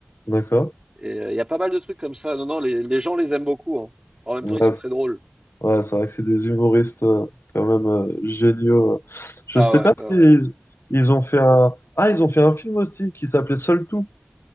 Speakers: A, on the left; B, on the right.
A: D'accord.
B: Et euh, il y a pas mal de trucs comme ça. Non, non, les, les gens les aiment beaucoup, hein. En même
A: Ouais,
B: temps, ils sont très drôles.
A: Ouais, c'est vrai que c'est des humoristes euh, quand même euh, géniaux. euh. Je
B: Ah
A: sais
B: ouais,
A: pas
B: ouais,
A: si
B: ouais.
A: ils, ils ont fait un... Ah, ils ont fait un film aussi qui s'appelait Seul Tout.